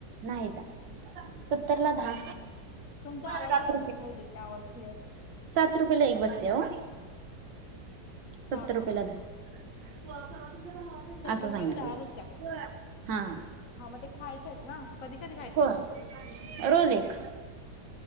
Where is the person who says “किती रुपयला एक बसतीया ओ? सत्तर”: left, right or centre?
Right